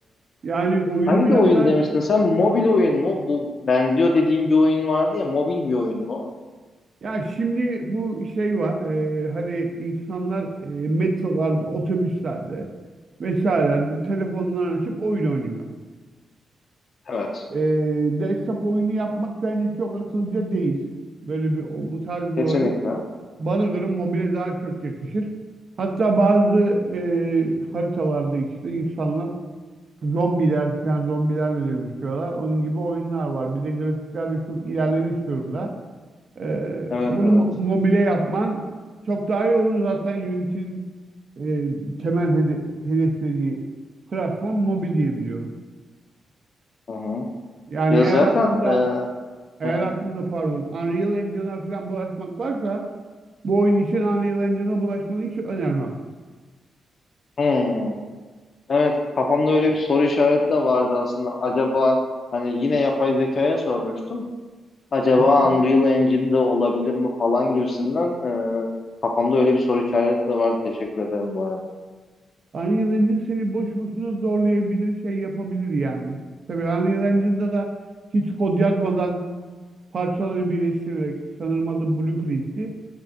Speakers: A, on the right (about 55°); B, on the left (about 55°).
A: Yani oyunu
B: Hangi
A: biraz
B: oyun
A: daha
B: demiştin sen? Mobil oyun mu? Bu benziyor dediğim bir oyun vardı ya. Mobil bir oyun mu?
A: ya şimdi bu şey var e, hani insanlar e, metrolarda, otobüslerde vesairelerde telefonlarını açıp oyun oynuyor.
B: Evet.
A: E, desktop oyunu yapmak bence çok akıllıca değil. Böyle bir o- bu tarz bir
B: Kesinlikle.
A: oyun. Bana göre mobile daha çok yakışır. Hatta bazı e, haritalarda işte insanlar zombiler falan zombilerle dövüşüyorlar. Onun gibi oyunlar var. Bir de grafikler de çok ilerlemiş durumda. Ee,
B: Evet
A: bunu
B: evet.
A: mobile yapman çok daha iyi olur. Zaten Unity'nin e, temel hede- hedeflediği platform mobil diye biliyorum.
B: Hı hı.
A: Yani
B: Ya
A: eğer
B: zaten
A: aklında
B: e,
A: eğer
B: hı hı.
A: aklında pardon Unreal Engine'a falan bulaşmak varsa bu oyun için Unreal Engine'a bulaşmanı hiç önermem.
B: Hmm. Evet kafamda öyle bir soru işareti de vardı aslında. Acaba hani yine yapay zekaya sormuştum. Acaba
A: Hı hı.
B: Unreal Engine de olabilir mi falan gibisinden e, kafamda öyle bir soru işareti de vardı. Teşekkür ederim bu arada.
A: Unreal Engine seni boş boşuna zorlayabilir, şey yapabilir yani. Tabii Unreal Engine'da da hiç kod yazmadan parçaları birleştirerek, sanırım adı Blueprint'ti.